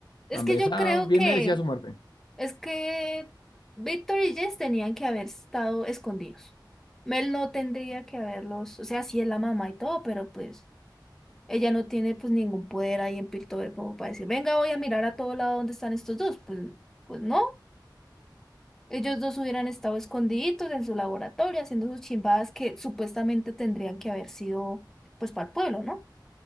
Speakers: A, in the centre; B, on the left (about 75°).
A: Es
B: Ambesa
A: que yo creo
B: bien
A: que...
B: merecía su muerte.
A: Es que Víctor y Jess tenían que haber estado escondidos. Mel no tendría que haberlos, o sea, sí es la mamá y todo, pero pues ella no tiene pues ningún poder ahí en Piltover como para decir, venga, voy a mirar a todo lado donde están estos dos. Pues, pues no, ellos dos hubieran estado escondiditos en su laboratorio haciendo sus chimbadas que supuestamente tendrían que haber sido pues para el pueblo, ¿no?